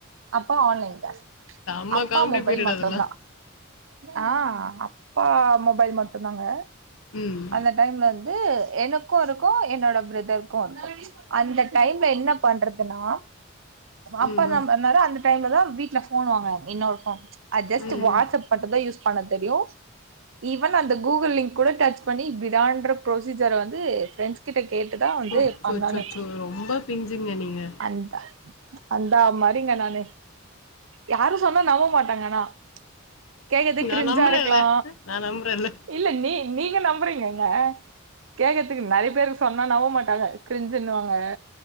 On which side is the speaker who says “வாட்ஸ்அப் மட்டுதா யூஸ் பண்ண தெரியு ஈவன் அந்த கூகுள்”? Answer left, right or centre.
Right